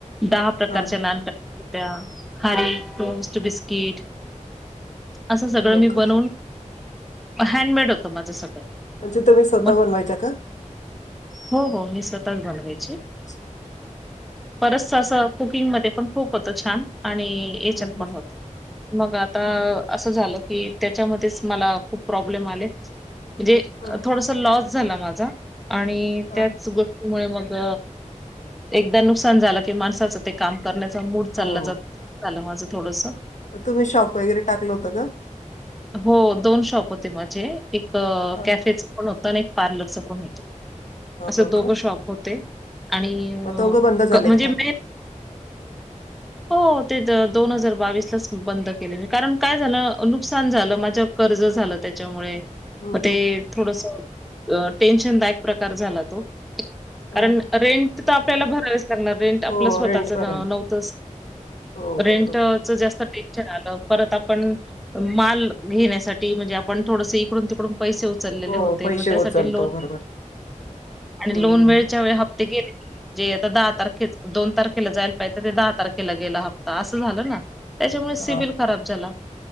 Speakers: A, in the centre; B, on the left.
A: दहा प्रकारच्या
B: हां, हां.
A: नानक खारी, टोस्ट, बिस्किट असं सगळं
B: हो
A: मी
B: का?
A: बनवून हैण्डमेड होत माझ सगळं.
B: म्हणजे तुम्ही स्वतः
A: मग
B: बनवायच्या का?
A: हो हो मी स्वतःच बनवायचे.
B: अच्छा.
A: परत असं कुकिंगमध्ये पण खूप होत छान, आणि येच्यात
B: हं,
A: पण
B: हं.
A: होत. मग आता असं झालं की, त्याच्यामध्येच मला खूप प्रॉब्लेम आले म्हणजे
B: हां,
A: थोडासा लॉस झाला माझा आणि
B: हां.
A: त्याच सोबत मग एकदा नुकसान झालं की माणसाचं ते काम करण्याचा मूड चालला
B: हो.
A: जात. झालं माझं थोडस
B: तुम्ही शॉप वगैरे टाकलं होतं ना!
A: हो दोन शॉप होते माझे, एक
B: हां.
A: कॅफे पण होत, आणि एक पार्लरच पण होत असे
B: हो
A: दोघं
B: का?
A: शॉप होते. आणि हे
B: मग दोघं बंद झाले
A: म्हणजे
B: का
A: मी
B: आता?
A: हो ते दोन हजार बावीस लाच बंद कारण काय झालं नुकसान झालं माझ्यावर कर्ज झालं, त्याच्यामुळे
B: हं,
A: म ते
B: हं.
A: थोडस टेन्शनदायक प्रकार झाला तो, कारण,
B: हो का?
A: रेंट तर आपल्याला भरावेच कारण, रेंट आपलं
B: हो,
A: स्वतःच
B: रेंट वर
A: नव्हतच
B: आहे. हो,
A: रेंट
B: बरोबर.
A: जर जास्त टेक्चर आलं परत आपण माल घेण्यासाठी म्हणजे, आपण थोडस इकडून तिकडून पैसे उचललेले
B: हो,
A: होते,
B: पैसे
A: मग त्यासाठी
B: उचलतो.
A: लोन
B: बरोबर आहे.
A: आणि
B: हं,
A: लोन
B: हं.
A: वेळच्या वेळी हप्ते गेले जे आता दहा तारखे दोन तारखेला जायला पाहिजे, ते दहा तारखेला गेला हप्ता असं झालं ना! त्याच्यामुळे सिविल
B: हा
A: खराब झाला,